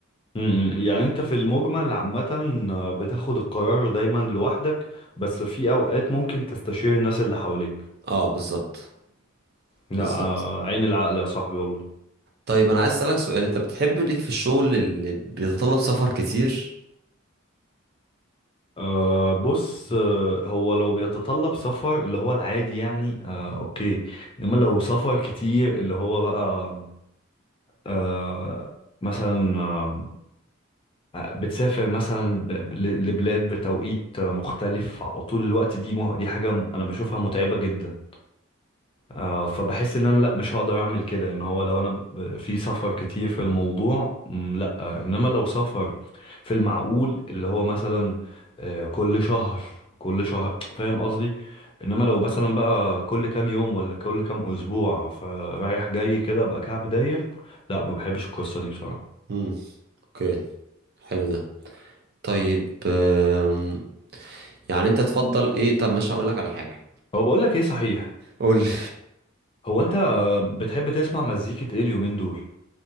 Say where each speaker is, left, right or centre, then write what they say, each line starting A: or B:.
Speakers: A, on the left; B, on the right.
A: مم. يعني انت في المجمل عامة آه، بتاخد القرار دايما لوحدك بس في اوقات ممكن تستشير الناس اللي حواليك
B: اه بالظبط
A: لا
B: بالظبط
A: آه، عين العقل يا صاحبي والله
B: طيب انا عايز اسالك سؤال انت بتحب ليك في الشغل اللي بيتطلب سفر كتير
A: أه بص آه، هو لو بيتطلب سفر اللي هو العادي يعني أه اوكي انما لو سفر كتير اللي هو بقى أه مثلا آه، بتسافر مثلا ب- ب- ل- لبلاد بتوقيت مختلف على طول الوقت دي مه... دي حاجة م- أنا بشوفها متعبة جدا آه، فبحس إن أنا لأ مش هقدر أعمل كده إن هو لو أنا ب... ب- في سفر كتير في الموضوع م، لأ آه، إنما لو سفر في المعقول اللي هو مثلا آه، كل شهر كل شهر فاهم قصدي إنما لو مثلا بقى كل كام يوم ولا كل كام أسبوع فرايح جاي كده أبقى كعب داير لأ ما بحبش القصة دي بصراحة
B: امم اوكي حلو ده طيب آم، يعني انت تفضل ايه طب مش هقول لك على حاجه
A: هو بقول لك إيه صحيح
B: قول لي.
A: هو انت بتحب تسمع مزيكة ايه اليومين دول